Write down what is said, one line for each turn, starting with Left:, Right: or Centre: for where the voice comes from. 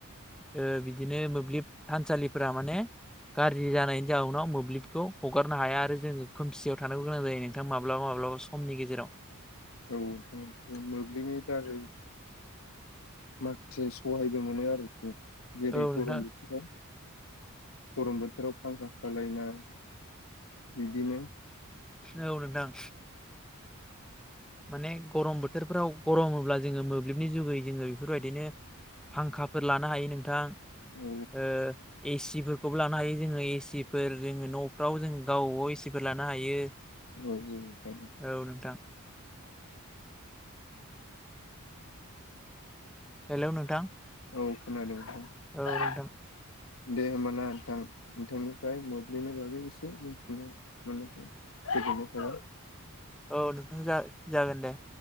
Centre: ओ बिदिनो मोब्लिब थानसालिफोरा माने गाज्रि जानायनि जाउनाव मोब्लिबखौ हगारनो हाया आरो जोङो खोमसियाव थानांगौ गोनां जायो नोंथां माब्लाबा माब्लाबा औ समनि गेजेराव
Left: औ मोब्लिबनि दारै माखासे सहायबो मोनो आरोखि जेरै
Centre: औ
Left: गरम
Centre: नोंथां
Left: बोथोराव गरम बोथोराव फांखा सालायनाय बिदिनो
Centre: औ नोंथां माने गरम बोथोरफ्राव गरमोब्ला जोङो मोब्लिबनि जुगै जोङो बेफोर बायदिनो फांखाफोर लानो हायो नोंथां ओ
Left: औ
Centre: ए सि बो खौबो लानो हायो जोङो ए सि फोर जोङो न'फ्राव जों गावबाव ए सि फोर लानो हायो।
Left: औ औ हायो
Centre: औ नोंथां हेलौ नोंथां
Left: औ खोनादों नोंथां
Centre: औ नोंथां
Left: दे होमबाना नोंथां। नोंथांनि फ्राय मोब्लिबनि बागै एसे मोनथिनो मोननायखौ गोजोननाय थाबाय।
Centre: औ नोंथां जा-जागोन दे।